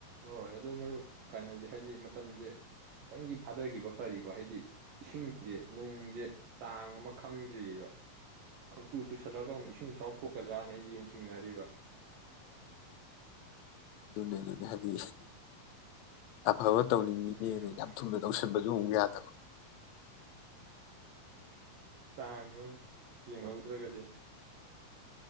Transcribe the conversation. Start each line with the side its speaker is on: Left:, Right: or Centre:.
Right: ꯍꯣꯏ ꯍꯣꯏ ꯑꯗꯨ ꯃꯔꯨꯞ ꯀꯩꯅꯣꯗꯤ ꯍꯥꯏꯗꯤ ꯃꯇꯝꯁꯦ ꯈꯤꯇꯪꯗꯤ ꯐꯥꯗꯈꯤꯕ ꯀꯔꯤꯀꯣ ꯍꯥꯏꯗꯤ ꯏꯁꯤꯡꯁꯦ ꯅꯨꯡꯁꯦ ꯆꯥꯡ ꯑꯃ ꯈꯪꯗ꯭ꯔꯤꯑꯕ ꯈꯪꯆꯨ ꯆꯨꯁꯜꯂꯒ ꯑꯃꯨꯛ ꯏꯁꯤꯡꯁꯨ ꯆꯥꯎꯊꯣꯛꯀꯗ꯭ꯔꯥꯅ ꯑꯩꯗꯤ ꯆꯤꯡꯅꯔꯤꯕ
Left: ꯅꯦꯅꯦ ꯍꯥꯏꯗꯤ ꯑꯐꯕ ꯇꯧꯅꯤꯡꯉꯤꯅꯦꯅ
Right: ꯎꯝ
Left: ꯌꯥꯝ ꯊꯨꯅ ꯇꯧꯁꯟꯕꯁꯨ ꯑꯃꯨꯛ ꯌꯥꯗꯕ
Right: ꯆꯥꯡꯉꯣꯏ ꯌꯦꯡꯍꯧꯗ꯭ꯔꯒꯗꯤ